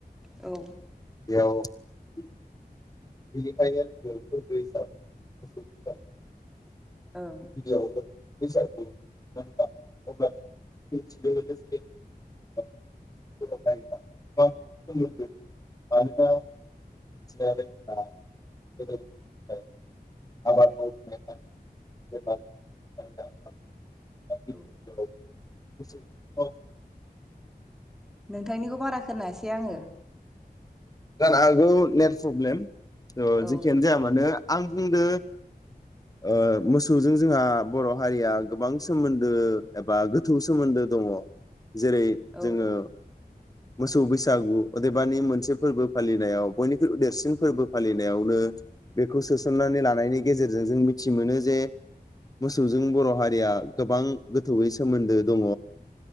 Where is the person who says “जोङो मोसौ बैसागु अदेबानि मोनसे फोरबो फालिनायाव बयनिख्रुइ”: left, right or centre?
Left